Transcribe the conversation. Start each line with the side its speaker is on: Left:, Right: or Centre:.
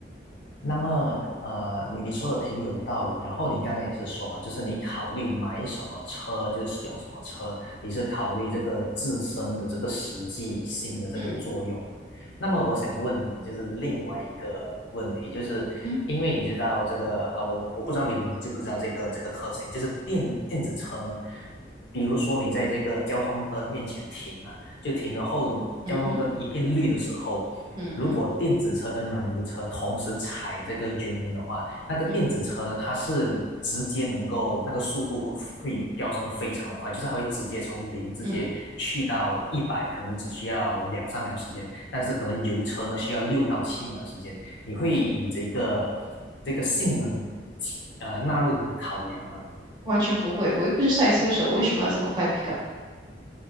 Left: 那么，呃，你你说的挺有道理。然后你刚刚也是说嘛，就是你考虑买什么车，就是使用什么车，你是考虑这个自身的这个实际性的这个作用嘛。
Right: 嗯
Left: 那么我想问你，就是另外一个问题，就是因为你知道这个，
Right: 嗯哼
Left: 啊，我我不知道你你知不知道这个这个特性，就是电电子车呢，比如说你在这个交通灯面前停嘛，就停，然后交通灯一变绿的时候，
Right: 嗯哼嗯哼
Left: 如果电子车跟燃油车同时踩这个油门的话，那个电子车呢，
Right: 嗯
Left: 它是直接能够那个速度会会飙升的非常的快，就是它会直接从零直接去到一百，
Right: 嗯，
Left: 可能只需要两三秒时间，但是可能油车呢需要六到七秒时间，你会以这个这个性能呃纳入你的考量吗？
Right: 完全不会，我又不是赛车手，我为什么要这么快的 pick up？